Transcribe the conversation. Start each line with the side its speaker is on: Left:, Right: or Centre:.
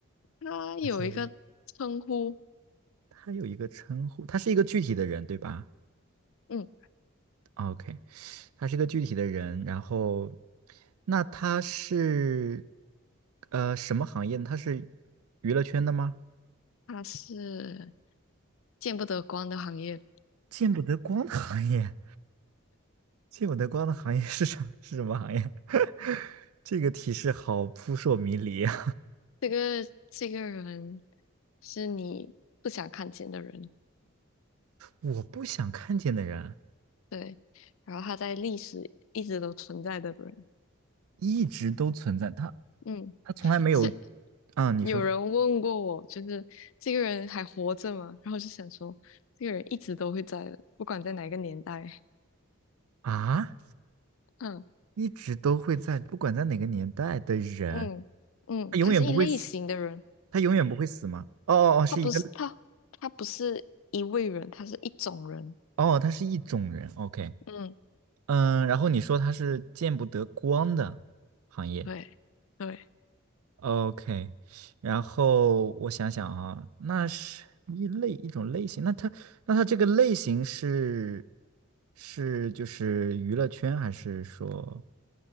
Left: 他有一个称呼，
Right: <laughs> 他有一个称呼，他是一个具体的人，对吧
Left: 嗯，
Right: ？OK，他是一个具体的人，然后那他是呃什么行业呢他是娱乐圈的吗？
Left: 他是见不得光的行业。
Right: 见不得光的行业，见不得光的行业是什么是什么行业？<laughs> 这个提示好扑朔迷离啊！
Left: 这个这个人是你不想看见的人，
Right: 我不想看见的人
Left: 对。然后他在历史一直都存在的人，
Right: 一直都存在，他
Left: 嗯，
Right: 他从来没有
Left: 是
Right: 啊，你说
Left: 有人问过我，就是这个人还活着吗？然后我就想说，这个人一直都会在的，不管在哪个年代，
Right: 啊，
Left: <laughs> 嗯
Right: 一直都会在，不管在哪个年代的人，
Left: 嗯嗯，
Right: 他永远不会死。
Left: 他是一类型的人。
Right: 他永远不会死吗？哦哦哦，是一个
Left: 他不是他，他不是一位人，他是一种人。
Right: 哦，他是一种人。OK，
Left: 嗯，
Right: 嗯，然后你说他是见不得光的行业。
Left: 对对，
Right: OK，然后我想想啊，那是一类一种类型，那他那他这个类型是是就是娱乐圈，还是说